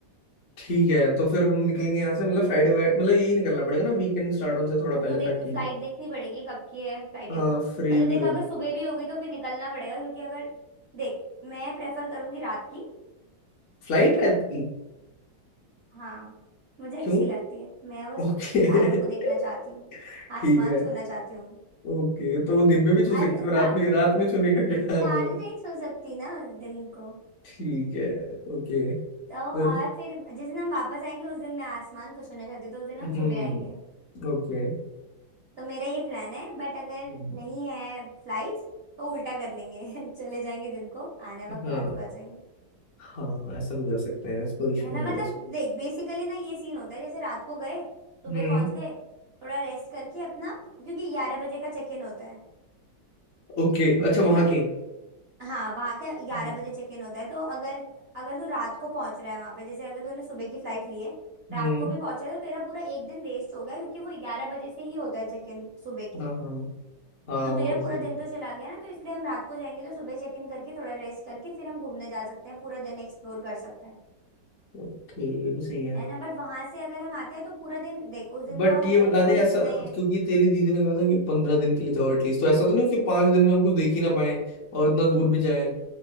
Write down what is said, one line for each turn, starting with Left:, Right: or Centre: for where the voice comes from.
Left: ठीक है तो फिर हम निकलेंगे यहाँ से मतलब फ्राइडे वाइट मतलब यही निकलना पड़ेगा ना वीकेंड स्टार्ट होने से थोड़ा
Right: तो
Left: पहले
Right: देख
Left: तक की
Right: फ्लाइट देखनी पड़ेगी कब की है फ्लाइट
Left: हाँ
Right: को
Left: फ्री
Right: मतलब
Left: भी
Right: देख
Left: हो
Right: अगर सुबह भी होगी तो फिर निकलना पड़ेगा क्योंकि अगर देख मैं प्रेफर करूंगी रात की
Left: फ्लाइट रात की
Right: हाँ मुझे
Left: क्यों
Right: अच्छी लगती है मैं बस
Left: ओके
Right: तारों को देखना चाहती
Left: <laughs>
Right: हूँ आसमान
Left: ठीक है
Right: छूना चाहती हूँ मैं।
Left: ओके तो दिन में भी छू सकते
Right: आज इस दिन
Left: हो रात
Right: वाह
Left: में रात में छूने का क्या वो
Right: तारे
Left: है
Right: नहीं सो सकती ना उस दिन को
Left: ठीक है ओके
Right: तो और
Left: फिर
Right: फिर जिस दिन हम वापस आएंगे उस दिन मैं आसमान को छूना चाहती हूँ तो उस दिन हम
Left: हम्म
Right: सुबह आएंगे
Left: ओके
Right: तो मेरा ये प्लान है बट अगर
Left: हम्म,
Right: नहीं है फ्लाइट्स तो उल्टा कर लेंगे <laughs> चले जाएंगे दिन को आने वक्त
Left: हाँ
Right: रात को आ जाएंगे
Left: हाँ हाँ, ऐसा भी कर सकते हैं इसको इशू
Right: है ना
Left: नहीं
Right: मतलब
Left: आएगा इसमें।
Right: देख बेसिकली ना ये सीन होता है जैसे रात को गए सुबह
Left: हम्म
Right: पहुंच गए थोड़ा रेस्ट करके अपना क्योंकि ग्यारह बजे का चेक इन होता है
Left: ओके अच्छा वहां
Right: है ना
Left: के
Right: हाँ वहां का ग्यारह
Left: हम्म
Right: बजे चेक इन होता है तो अगर अगर तू रात को पहुंच रहा है वहां पे जैसे अगर तूने सुबह की फ्लाइट ली है
Left: हम्म,
Right: रात को भी पहुंचा है तो तेरा पूरा एक दिन वेस्ट हो गया क्योंकि वो ग्यारह बजे से ही होता है चेक इन सुबह के
Left: हाँ हाँ हाँ
Right: तो
Left: वो
Right: तेरा
Left: भी सही
Right: पूरा दिन तो चला गया ना तो इसलिए हम रात को जाएंगे तो सुबह चेक इन करके थोड़ा रेस्ट करके फिर हम घूमने जा सकते हैं पूरा दिन एक्सप्लोर कर सकते हैं
Left: ओके ये भी सही है
Right: है ना बट वहां से अगर हम आते हैं तो पूरा दिन देख उस दिन
Left: बट
Right: का होटल
Left: ये बता
Right: का तो
Left: दे
Right: हमें
Left: ऐसा
Right: देना ही है
Left: क्योंकि तेरी दीदी ने कहा था कि पंद्रह दिन के लिए जाओ एटलीस्ट तो ऐसा तो नहीं हो कि पांच दिन में हम कुछ देख ही ना पाए और इतना दूर भी जाए